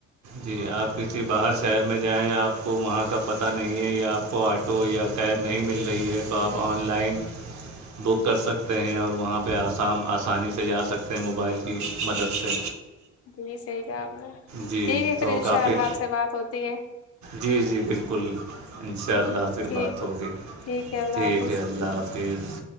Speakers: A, on the right (about 70°); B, on the left (about 50°).
A: جی آپ کسی باہر شہر میں جائیں آپ کو وہاں کا پتہ نہیں ہے یا آپ آ کو آٹو یا کیب نہیں مل رہی ہے تو آپ آن لائن بک کر سکتے ہیں اور وہاں پہ آسام آسانی سے پہ جا سکتے ہیں موبائل کی مدد سے
B: جی صحیح کہ آپ نے
A: جی
B: دیکھیک ہے
A: تو
B: پھر ان
A: کافی
B: شاء اللہ آپ سے بات ہوتی ہے
A: جی جی بالکل ان شاء
B: جی
A: اللہ پھر
B: ٹھیک
A: بات ہوگی
B: ٹھیک ہے اللہ
A: ٹھیک
B: حافظ
A: ہے اللہ آاپ کہ